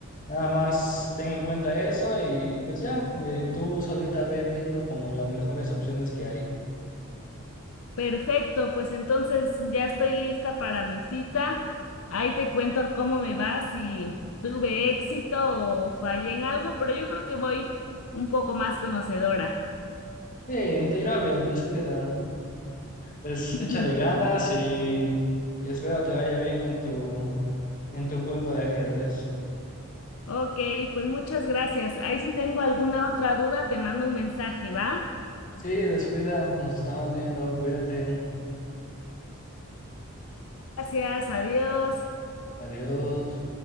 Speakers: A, on the left; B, on the left.
A: nada más ten en cuenta eso y, y pues ya, eh, tú solita ve viendo como las mejores opciones que hay.
B: Perfecto, pues entonces ya estoy lista para mi cita. Ahí te cuento cómo me va, si tuve éxito o fallé en algo, pero yo creo que voy un poco más conocedora.
A: Sí, te irá bien, descuida. Pues
B: <laughs>
A: échale
B: Ujú.
A: ganas y, y espero te vaya bien en tu, en tu juego de ajedrez.
B: Ok, pues muchas gracias. Ahí si tengo alguna otra duda, te mando un mensaje, ¿va?
A: Sí, descuida, nos estamos viendo, cuídate,
B: Gracias, adiós.
A: adiós.